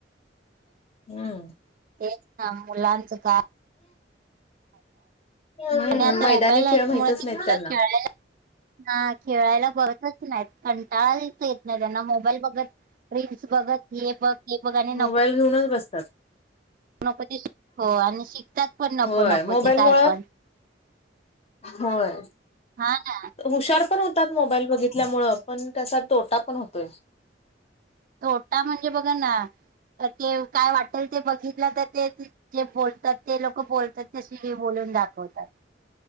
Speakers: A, on the left (about 35°); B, on the right (about 50°).
A: हम्म.
B: तेच ना मुलांचं का?
A: हम्म
B: आणि आता
A: मैदानी
B: मोबाईल आहेत
A: खेळ माहितच
B: मु ते
A: नाहीत त्यांना
B: खेळाय ह खेळायला बतच नाही. कंटाळाच येत नाही त्यांना मोबाईल बघत रील्स बघत हे बघ हे बघ आणि
A: मोबाईल
B: नक
A: घेऊनच बसतात.
B: नको ते श आणि शिकतात पण नको
A: होय
B: नको
A: मोबाईल
B: ते
A: मुळ
B: काय पण
A: होय
B: हा ना
A: हुशार पण होत. मोबाईल बघितल्यामुळे पण त्याचा तोटा पण होतोय.
B: तोटा म्हणजे बघ ना ते काय वाटेल ते बघितलं तर ते जे बोलतात ते लोक बोलतात तसे हे बोलून दाखवतात.